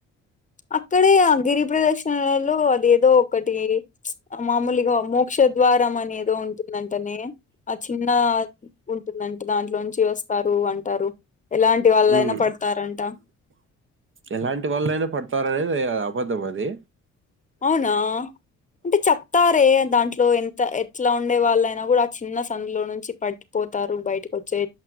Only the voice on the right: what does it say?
మ్మ్
ఎలాంటి వాళ్ళైనా పడతారే అబద్దమది